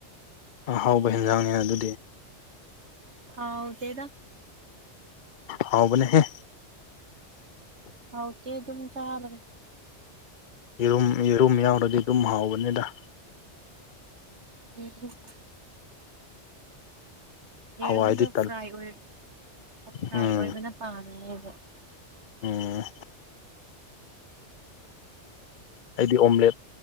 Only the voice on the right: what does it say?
ꯍꯥꯎꯇꯦꯗ
ꯍꯥꯎꯇꯦ ꯑꯗꯨꯝ ꯆꯥꯕꯅꯦ
<unintelligible> ꯌꯦꯔꯨꯝꯗꯣ
ꯐ꯭ꯔꯥꯏ ꯑꯣꯏꯔ ꯐ꯭ꯔꯥꯏ
ꯑꯣꯏꯕꯅ ꯄꯥꯝꯃꯦ ꯑꯩꯗꯤ